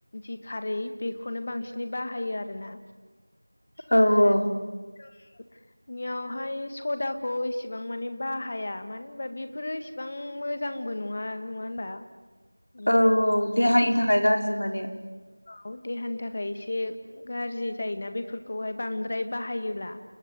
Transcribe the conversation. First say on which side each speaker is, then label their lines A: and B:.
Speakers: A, on the left (about 25°); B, on the left (about 60°).
A: जि खारै बेखौनो बांसिनै बाहायो आरोना।
B: औ
A: ओ <unintelligible>
B: औ
A: नियावहाय सदा खौ इसेबां माने बाहाया मानो होनबा बेफोरो इसेबां मोजांबो नङा नङा होनबा नोंथां
B: औ औ देहानि थाखाय गारजि माने
A: औ देहानि थाखाय एसे गाज्रि जायोना बेफोरखौहाय बांद्राय बाहायोब्ला